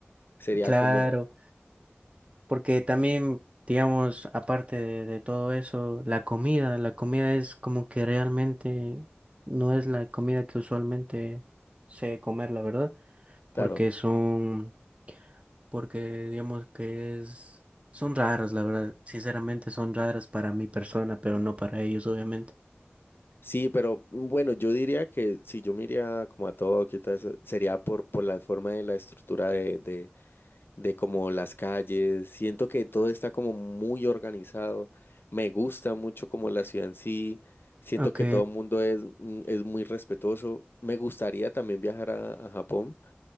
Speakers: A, on the left; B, on the right.
A: sería
B: Claro,
A: como,
B: porque también, digamos, aparte de, de todo eso, la comida, la comida es como que realmente no es la comida que usualmente sé comer, la verdad, porque
A: claro,
B: son porque digamos que es, son raras, la verdad, sinceramente son raras para mi persona, pero no para ellos, obviamente.
A: sí, pero mm, bueno, yo diría que si yo me iría como a Tokio y todo eso, sería por, por la forma de la estructura de, de, de como las calles. Siento que todo está como muy organizado. Me gusta mucho como la ciudad en sí. Siento
B: Ok,
A: que todo el mundo es, mm, es muy respetuoso. Me gustaría también viajar a a Japón.